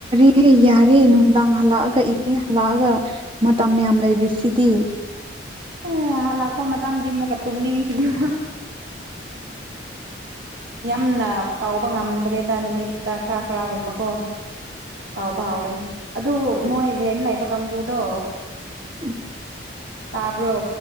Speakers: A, on the right; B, on the right.
A: ꯑꯦ ꯌꯥꯔꯦ ꯅꯨꯡꯗꯥꯡ ꯍꯜꯂꯛꯑꯒ ꯏꯚꯅꯤꯡ ꯍꯜꯂꯛꯑꯒ ꯃꯇꯝ ꯌꯥꯝ ꯂꯩꯔꯤꯁꯤꯗꯤ
B: ꯑꯦ ꯂꯥꯛꯄ ꯃꯇꯝꯗꯤ ꯑꯃꯨꯛꯀ ꯇꯨꯝꯅꯤꯡꯈꯤꯅꯤ ꯌꯥꯝꯅ ꯇꯧꯕ ꯉꯝꯗ꯭ꯔꯦꯗ ꯅꯨꯃꯤꯠꯇ ꯈꯔ ꯈꯔꯒꯨꯝꯕꯀꯣ ꯄꯥꯎ ꯐꯥꯎꯔꯅꯤ ꯑꯗꯨ ꯃꯣꯏ ꯔꯦꯟ ꯂꯥꯛꯏꯕ ꯀꯥꯡꯕꯨꯗꯣ
A: ꯑꯣ
B: ꯇꯄꯔꯣ